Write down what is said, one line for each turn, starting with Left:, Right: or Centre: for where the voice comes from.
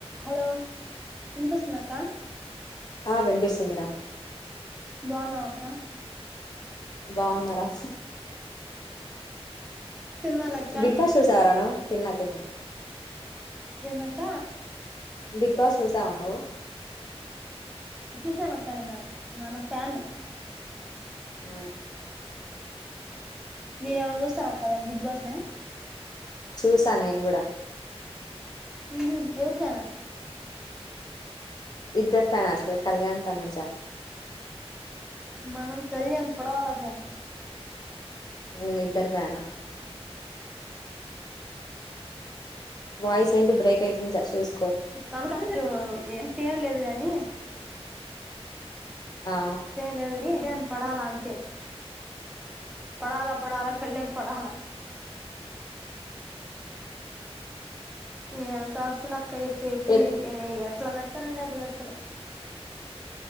Centre: Hello వినిపిస్తుందా అక్క
Left: ఆ వినిపిస్తూంది రా
Centre: బాగున్నావా అక్క
Left: బాగున్నారా
Centre: తిన్నార అక్క
Left: బిగ్ బాస్ చూసావా రా తిన్న తిన్
Centre: ఎందక్క
Left: బిగ్ బస్ చూసావా నువ్వు
Centre: చూసాను అక్కడ నిన్న మనం ఫ్యాను
Left: ఉ
Centre: మీరు ఏమో చూస్తార అక్క బిగ్ బాస్ ని
Left: చూసా నేను కూడా
Centre: ఉ ఎవరికైనా
Left: ఇద్దరి ఫైనా అసలు కళ్యాణ్ తనుజ
Centre: మనం కళ్యాణ్ పడలా ఫ్యాన్
Left: నేను ఇద్దరి ఫ్యాను వాయిస్ ఏంటి బ్రేక్ అయితుంది జ చూస్
Centre: తగతార మీరు ఏం తీయలేదు గాని
Left: ఆ
Centre: తే లేదు అని <unintelligible> పడాల అంతే పడాల పడాల కళ్యాణ్ పడాల ఏం టస్కు లాక్ కైపెప్పి
Left: ఏ
Centre: <unintelligible> ఎట్ల బడరు పని ఉంటే అట్లా పెడతారు